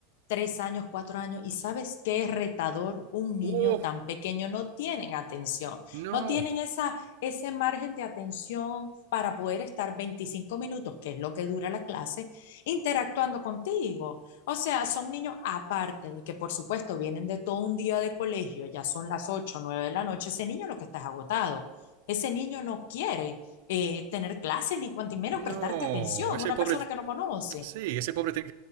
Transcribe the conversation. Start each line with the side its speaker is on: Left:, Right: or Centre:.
Left: tres años, cuatro años, y sabes qué es retador un niño
Right: ¡Oh!
Left: tan pequeño, no tienen atención,
Right: No,
Left: no tienen esa, ese margen de atención para poder estar 25 minutos, que es lo que dura la clase, interactuando contigo. O sea, son niños aparte de que, por supuesto, vienen de todo un día de colegio, ya son las 8 9 de la noche, ese niño lo que está es agotado, ese niño no quiere eh, tener clases ni cuanto menos
Right: no.
Left: prestarte atención,
Right: Ese
Left: una
Right: pobre,
Left: persona que no conoce,
Right: sí, ese pobre te-